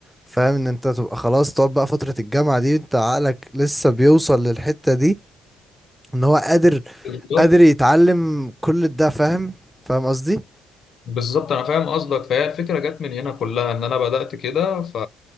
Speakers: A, in the centre; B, on the left (about 55°).
A: فاهم ان انت تبقى خلاص تقعد بقى فترة الجامعة دي انت عقلك لسه بيوصل للحتة دي ان هو قادر
B: بالظبط
A: قادر يتعلم كل ده فاهم فاهم قصدي
B: بالظبط انا فاهم قصدك فهي الفكره جت من هنا كلها ان انا بدات كده ف...